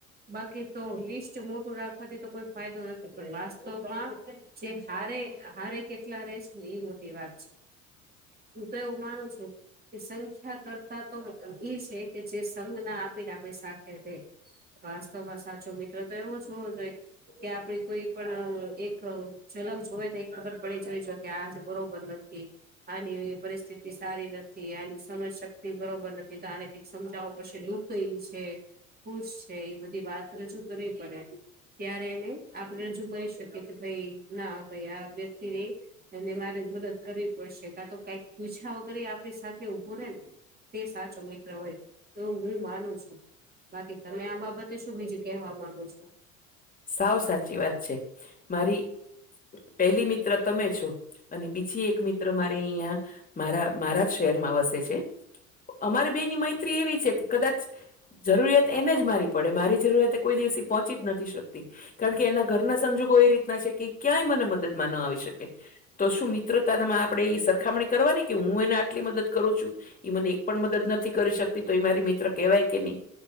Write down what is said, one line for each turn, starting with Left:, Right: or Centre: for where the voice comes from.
Right: બાકી તો લિસ્ટ મોટું રાખવાથી તો કોઈ ફાયદો નથી પણ વાસ્તવમાં જે હારે હારે કેટલા રેશે ને એ મોટી વાત છે. હું તો એવું માનું છું. કે સંખ્યા કરતા તો ઈ છે કે જે સંજ્ઞ આપીને આપણી સાથે રહે. વાસ્તવમાં સાચો મિત્ર તો એવો જવો જોઈએ. કે આપડી કોઈ પણ અહ એક ઝલક જોય તો ખબર પડી જવી જો કે આજ બરોબર નથી. આની એ પરિસ્થિતિ સારી નથી આની સમજ શક્તિ બરોબર નથી તો આને કઈક સમજાવું પડશે દુ ક્લીન છે ખુશ છે એ બધી વાત રજૂ કરવી પડે. ત્યારે એને આપણે રજુ કરી શકીએ કે ભાઈ ના ભાઈ આ વ્યક્તિ એ એને મારે મદદ કરવી પડશે કા તો કાઈક પૂછ્યા વગેરે આપડી સાથે ઊભો રહેે ને તે સાચો મિત્ર હોય તેવું હું માનું છું. બાકી તમે આ બાબતે શું બીજું કેહેવા માંગો છો?
Left: સાવ સાચી વાત છે. મારી પહેલી મિત્ર તમે છો. અને બીજી એક મિત્ર મારે અહીંયા મારા મારા શહેરમાં વસે છે અમારે બેની મૈત્રી એવી છે કે કદાચ જરૂરિયાત એને જ મારી પડે મારી જરૂરિયાત એ કોઈ દિવસ પહોંચી જ નથી શક તી કારણ કે એના ઘરના સંજોગો એ રીતના છે કે ક્યાંય મને મદદમાં ન આવી શકે. તો શું મિત્રતામાં આપણેે એ સરખામણી કરવાની કે હું એને આટલી મદદ કરું છું એ મને એક પણ મદદ નથી કરી શકતી તો એ મારી મિત્ર કેહેવાય કે નહી.